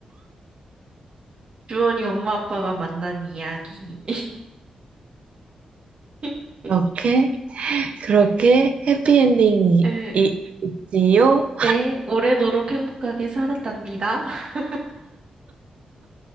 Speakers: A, on the right; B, on the right.
A: 주원이 엄마 아빠가 만난 이야기. <laughs>
B: 그렇게, 그렇게 해피엔딩이
A: 에,
B: 이- 있지요?
A: 에, 오래도록 행복하게 살았답니다. <laughs>